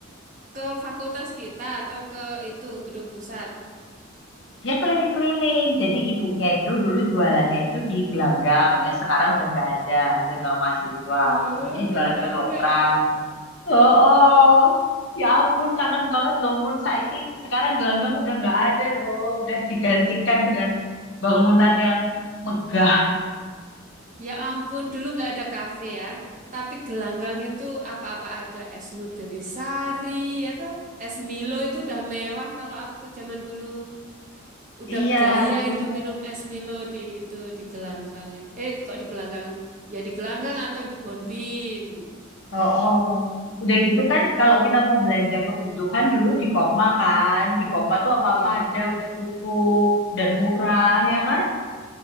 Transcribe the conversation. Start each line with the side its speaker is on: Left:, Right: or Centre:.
Right: ke fakultas kita atau ke itu gedung pusat.
Left: Dia keliling-keliling. Jadi ibunya itu dulu jualannya itu di gelanggang, yang sekarang udah nggak ada, gelanggang mahasiswa.
Right: Eh,
Left: Ibunya jualan
Right: gelanggang.
Left: ketoprak. Oh, oh. Ya ampun, kangen banget loh Mun. Saiki sekarang gelanggang udah nggak ada loh. Udah digantikan dengan bangunan yang megah.
Right: Ya ampun, dulu nggak ada kafe ya. Tapi gelanggang itu apa-apa ada es nutrisari, ya toh. Es Milo itu udah mewah kalau aku zaman dulu. Udah
Left: Iya,
Right: gaya
Left: bener.
Right: itu minum es Milo di itu di gelanggang itu. Eh, kok di gelanggang? Ya di gelanggang atau di Bonbin.
Left: Oh, oh. Udah gitu kan kalau kita mau belanja kebutuhan dulu di Kopma kan. Di Kopma tuh apa-apa
Right: Iya.
Left: ada, udah cukup dan murah, ya kan?